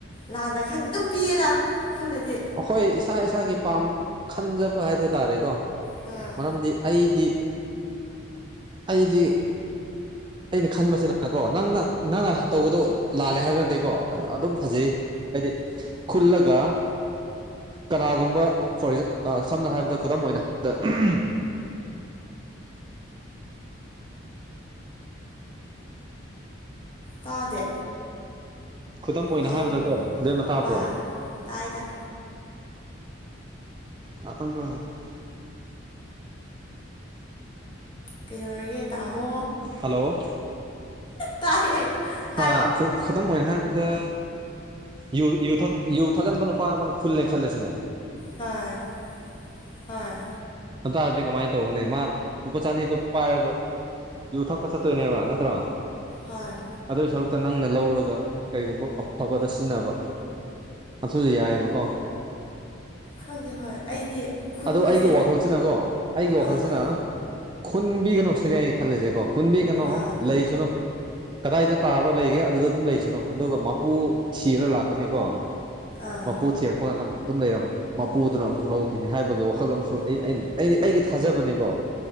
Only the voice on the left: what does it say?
ꯂꯥꯟꯅ ꯈꯥꯟꯗꯦ ꯑꯗꯨꯝ ꯄꯤꯌꯦꯗ ꯈꯨꯜꯂꯗꯤ
ꯍꯣꯏ
ꯇꯥꯗꯦ
ꯍꯜꯂꯣ
ꯍꯣꯏ ꯇꯥꯏ ꯇꯥꯏ
ꯀꯩꯗꯧꯔꯒꯦ ꯇꯥꯃꯣ
ꯇꯥꯏꯌꯦ
ꯍꯥꯏꯌꯣ
ꯍꯣꯏ ꯍꯣꯏ
ꯍꯣꯏ
ꯈꯪꯗꯦ ꯍꯣꯏ ꯑꯩꯗꯤ ꯈꯨꯟꯕꯁꯦ
ꯑꯥ
ꯑꯥ
ꯑꯥ